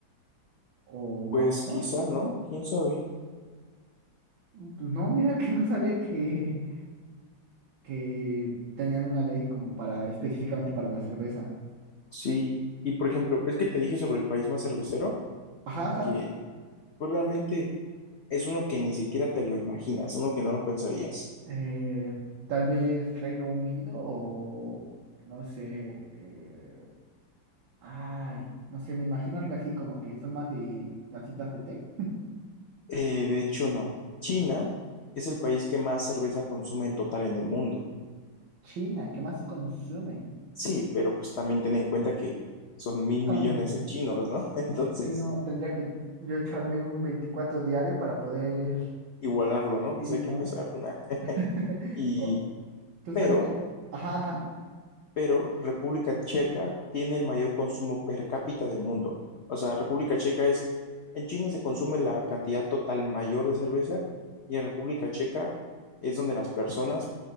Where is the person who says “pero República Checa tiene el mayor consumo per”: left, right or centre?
Left